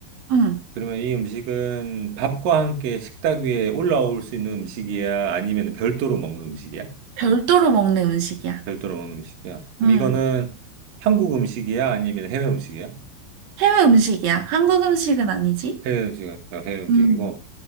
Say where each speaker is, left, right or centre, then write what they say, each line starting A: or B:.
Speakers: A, on the right; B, on the right.
A: 응.
B: 그러면 이 음식은 밥과 함께 식탁 위에 올라올 수 있는 음식이야? 아니면 별도로 먹는 음식이야?
A: 별도로 먹는 음식이야.
B: 별도로 먹는 음식이야. 그럼
A: 응.
B: 이거는 한국 음식이야? 아니면 해외 음식이야?
A: 해외 음식이야. 한국 음식은 아니지?
B: 해외 음식, 어, 해외 음식이고.
A: 응.